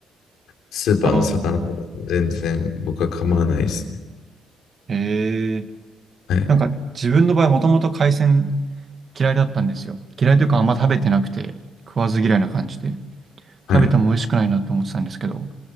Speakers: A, on the left; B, on the right.
A: スーパーの魚とか全然僕は構わないですね。
B: ああ。へえ。
A: はい、
B: なんか自分の場合もともと海鮮嫌いだったんですよ。嫌いというかあんま食べてなくて食わず嫌いな感じで
A: はい、
B: 食べても美味しくないなって思ってたんですけど、